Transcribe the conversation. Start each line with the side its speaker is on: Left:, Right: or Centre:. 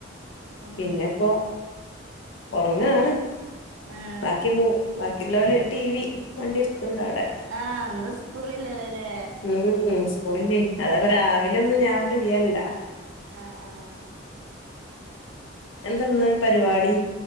Right: ഉം
Left: പിന്നെപ്പോ
Right: ഉം
Left: ഒറങ്ങാണ്
Right: ആഹ്
Left: ബാക്കി മൂ ബാക്കിയുള്ളോല് ടി വി വണ്ടി ഇഷ്ടുണ്ടോ ആടെ
Right: ആ അന്ന് സ്കൂളില്ലല്ലോ അല്ലേ
Left: ഉം സ്കൂളില് അതാകുമ്പോ രാവിലെ ഒന്നും ഞാൻ ഫ്രീയല്ലാ.
Right: ആഹ്. ആഹ്
Left: എന്താ ഇന്ന് പരിപാടി?